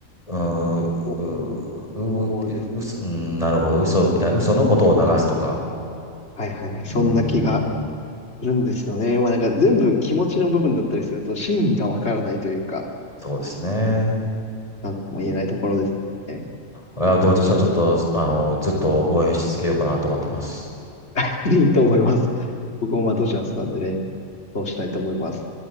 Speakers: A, on the left; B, on the left.
A: うーん、
B: <laughs> お
A: ううううすうん、
B: 思うんです。
A: なるほど、嘘みたいな、嘘のことを流すとか、
B: はいはいはい。そんな気が
A: うーん、
B: するんですよね。まあなんか全部気持ちの部分だったりすると、真偽がわからないというか、
A: そうですね。
B: なんとも言えないところですね。
A: うん、あ、で、私はちょっと、あの、ずっと応援し続けようかなと思ってます。
B: <laughs> いいと思います。僕もまあドジャースなんでね、そうしたいと思います。